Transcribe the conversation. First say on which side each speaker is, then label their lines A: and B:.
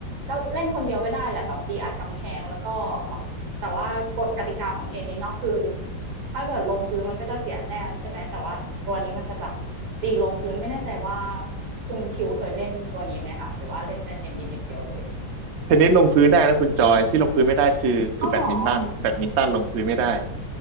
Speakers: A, on the right; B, on the right.
A: ก็เล่นคนเดียวก็ได้แหละแบบตีอัดกำแพงแล้วก็แบบแต่ว่ากฎกติกาของเทนนิสเนาะคือถ้าเกิดลงพื้นมันก็จะเสียแต้มใช่ไหม แต่ว่าตัวนี้มันจะแบบตีลงพื้นไม่แน่ใจว่าคุณคิวเคยเล่นตัวนี้ไหมคะหรือว่าเล่นแต่เทนนิสอย่างเดียวเลย
B: เทนนิสลงพื้นได้แล้วคุณจอยที่ลงพื้นไม่ได้คือคือแบดมินตันแบดมินตันลงพื้นไม่ได้
A: อ้าวเหรอ